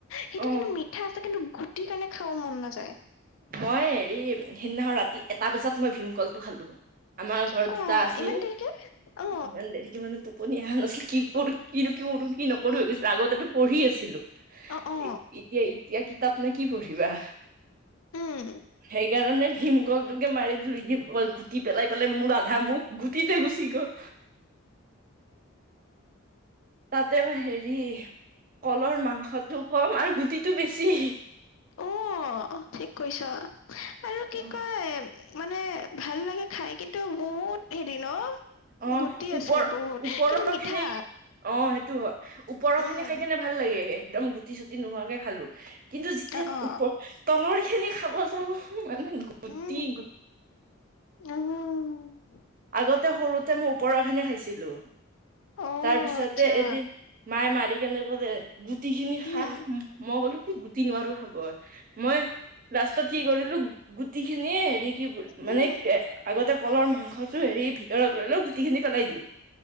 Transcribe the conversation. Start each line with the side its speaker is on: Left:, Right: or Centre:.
Left: সেইটো
Right: অ
Left: কিন্তু মি ঠা আছে কিন্তু গুটি কাৰনে খাব মন নাযায়।
Right: মই হেৰি সেইদিনাখন ৰাতি এটা বজাত মই ভীমকলটো খালো। আমাৰ
Left: কি
Right: ঘৰত
Left: কোৱা
Right: দুটা আছিল,
Left: ইমান দেৰিকে অ
Right: ইমান দেৰিকে মানে তোক <unintelligible> কি কৰো কিনো কি কৰো কি নকৰো ভাবিছিলো আগতেটো পঢ়ি আছিলো
Left: অ অ
Right: এ ইতিয়া ই তিয়া কিতাপ নে কি পঢ়িবা?
Left: উম।
Right: সেইকাৰণে ভীমকলটোকে মাৰি দিলো কি কল গুটি পেলাই পেলাই মোৰ আধা মুখ গুটিতে গুচি গ'ল। তাতে মই হেৰি, কলৰ মাংসটো কম আৰু গুটিটো বেছি।
Left: অ অ ঠিক কৈছ আৰু কি
Right: অ
Left: কয় মানে ভাল লাগে খাই কিন টো বহুত হেৰি ন?
Right: অ
Left: গুটি
Right: ওপৰ
Left: আছে বহুত
Right: ওপৰৰখিনি,
Left: কিন্তু মিঠা
Right: অ সেইটো হ ওপৰৰখিনি
Left: উম
Right: খাইকিনে ভা ভাল লাগে, একদম গুটি চুটি নোহোৱাকে খালো কিন্তু যেতিয়া
Left: অ অ
Right: ওপৰ তলৰখিনি খাব যাব মানে গুটি
Left: উম
Right: গু
Left: <unintelligible>
Right: আগতে সৰুতে মই ওপৰৰখিনি খাইছিলো
Left: অ
Right: তাৰ পিছতে
Left: আচ্ছা
Right: এদিন মায়ে মাৰি কেনে কলে, গুটিখিনি
Left: উম
Right: খা, ম মই কলো কি গুটি নোৱাৰো খাব। মই লাষ্টত কি কৰিলো গুটিখিনিয়ে হেৰি কি
Left: উম
Right: মানে কে আগতে কলৰ মাংস টো হেৰি ভিতৰত লৈ লও গুটিখিনি পেলাই দিওঁ।